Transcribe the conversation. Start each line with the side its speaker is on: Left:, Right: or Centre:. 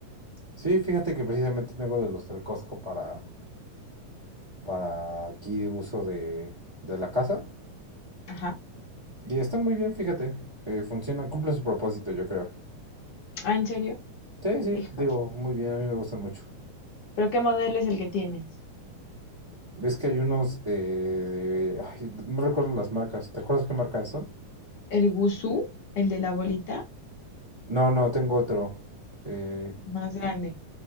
Right: Sí, fíjate que precisamente tengo de los del Costco para, para aquí uso de, de la casa.
Left: Ajá.
Right: Y están muy bien, fíjate. Eh, funcionan, cumplen su propósito, yo creo.
Left: Ah, ¿en serio?
Right: Sí, sí,
Left: Híjole.
Right: digo, muy bien, a mí me gustan mucho.
Left: ¿Pero qué modelo es el que tienes?
Right: ¿Ves que hay unos... eh, ay, no recuerdo las marcas. ¿Te acuerdas qué marca son?
Left: ¿El Guzú? ¿El de la bolita?
Right: No, no, tengo otro. Eh,
Left: Más grande.